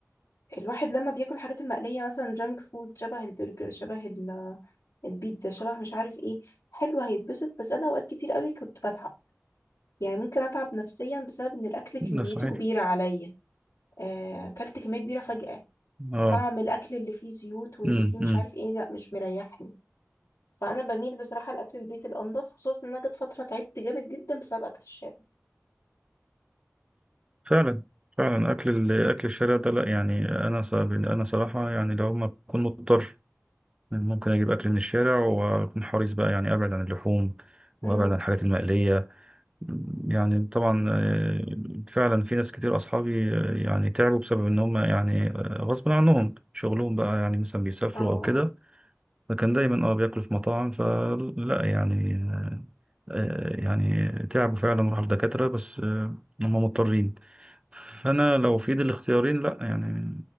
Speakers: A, on the left; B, on the right.
A: الواحد لما بياكل الحاجات المقلية مثلا جانك فود شبه البرجر شبه البيتزا شبه مش عارف ايه حلو هيتبسط بس انا اوقات كتير قوي كنت بتعب يعني ممكن اتعب نفسيا بسبب ان الاكل كميته
B: ده صحيح
A: كبيره عليا آه، اكلت كميه كبيره فجاه
B: اه
A: طعم الاكل اللي فيه زيوت واللي
B: أمم،
A: فيه مش
B: أمم.
A: عارف ايه لا مش مريحني فانا بميل بصراحه لاكل البيت الانضف خصوصا ان انا جت فتره تعبت جامد جدا بسبب اكل الشارع
B: فعلا فعلا أكل ال- أكل الشارع ده لا يعني أنا ص- أنا صراحة يعني لو ما أكون مضطر ممكن اجيب اكل من الشارع واكون حريص بقى يعني ابعد عن اللحوم
A: امم
B: وابعد عن الحاجات المقليه يعني طبعا آه، فعلا في ناس كتير اصحابي آه، يعني تعبوا بسبب ان هم يعني آه، غصب عنهم شغلهم بقى يعني مثلا بيسافروا
A: اه
B: او كده فكان دايما اه بياكلوا في مطاعم فلا يعني آه، آه، يعني تعبوا فعلا راحوا لدكاتره بس آه، هم مضطرين انا لو في ايدي الاختيارين لا يعني